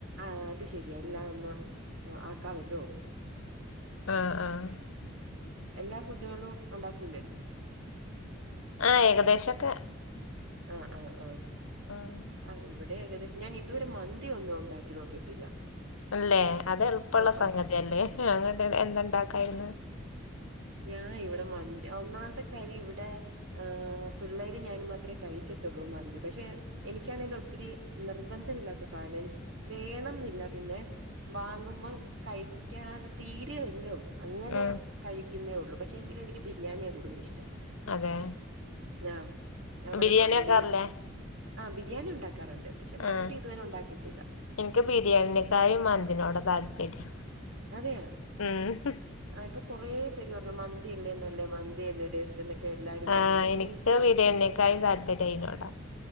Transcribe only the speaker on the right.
ആഹ് അത് ശരിയാ എല്ലാം ഒന്ന് ആക്കമല്ലോ
എല്ലാ ഫുഡുകളും ഉണ്ടാക്കൂലേ
ആഹ് ആഹ് ആഹ്
ആഹ് ഇവിടെ ഏകദേശം ഞാൻ ഇത് വരെ മന്തിയ ഒന്നും ഉണ്ടാക്കി നോക്കിയിട്ടില്ല
ആഹ്
ആഹ്
ഞാൻ ഇവിടെ മന്തി ഒന്നാമത്തെ കാര്യം ഇവിടെ ആഹ് പിള്ളേര് ഞാനും മാത്രമേ കഴിക്കത്തുള്ളൂ മന്തി പക്ഷേ എനിക്കാണെങ്കും ഒത്തിരി നിർബന്ധമില്ലാത്ത സാധനം വേണം എന്നില്ല പിന്നെ വാങ്ങുമ്പോ കഴിക്കാതെ തീരേല്ലോ അങ്ങനെ
കഴിക്കുന്നേ ഉള്ളൂ പക്ഷേ എങ്കിലും എനിക്ക് ബിരിയാണിയാ കൂടുതല് ഇഷ്ടം
ആഹ് ഞാൻ പറയും
മന്തിണ്ട്
ആഹ് ബിരിയാണി ഉണ്ടാക്കാറുണ്ട് പക്ഷേ മന്തി
ഇതുവരെ ഉണ്ടാക്കിയിട്ടില്ല
അതെയോ
ആഹ് ഇപ്പം കൊറെ പേര് പറഞ്ഞു മന്തിയല്ലേ നല്ലത് മന്തിയല്ലേ ടേസ്റ്റ് എല്ലാരും
പറയും. പക്ഷെ
എനി